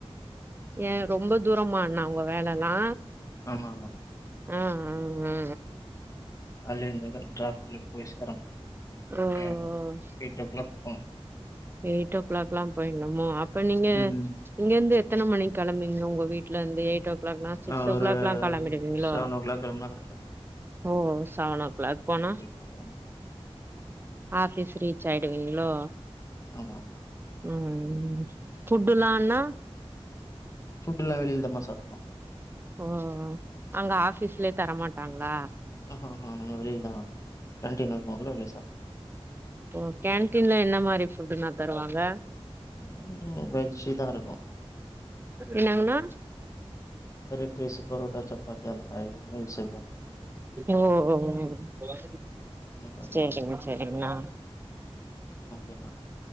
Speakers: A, on the right (about 20°); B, on the left (about 30°).
A: ஏன் ரொம்ப தூரமா அண்ணா உங்க வேலல்லா
B: ஆமா ஆமா
A: ஆ ம் மே
B: காய்ல ஏந்தாத ட்ராஃபிக்ல போய் சேரனு
A: ஆ ஓ
B: எக் மோ எயிட் ஓ கிளாக் போனு
A: எயிட் ஓ கிளாக்லா போய்னுமோ அப்ப நீங்க
B: ம்
A: இங்கேந்து எத்தன மணி கெளம்பிவ்ங்க உங்க வீட்லந்து எயிட் ஓ கிளாக்லாம் சிக்ஸ்
B: ஆ, ஒரு
A: ஓ கிளாக்லாம் கெளம்பிடுவீங்ளோ
B: செவன் ஓ கிளாக் கிளம்புனா கரெக்டாக இருக்கும்
A: ஓ ஓ செவன்னோ கிளாக் போனா
B: ஒர்க் பண்ணு
A: ஆஃபீஸ் ரீச் ஆயிடுவீங்ளோ
B: ஆமா ஆமா
A: ம் ஃபுட்டுலானா
B: ஃபுட்டுலா வெளிலதாமா சாப்ட்டுப்போ
A: ஓ ஓ அங்க ஆஃபிஸ்லே தரமாட்டாங்ளா
B: ம் ம் ம் ம் நம்ப வெளிலதா வாங்கிக்னு கேண்டீன்ல இருக்கவங்ளே வெளிய சாப்டு
A: ஓ கேன்டீன்ல என்ன மாரி ஃபுட்டுணா தருவாங்க
B: ம் ம் வெஜ்ஜிதா இருக்கோ
A: என்னங்ணா
B: வெரைட் ரைஸு பரோட்டா சப்பாத்தி அந்த மாதிரி மீல்ஸ் ஐட்டம்
A: ஓ ஓ
B: அந்த மாதிரி
A: செரிங்க
B: தான்
A: செரிங்ணா
B: ஓகேமா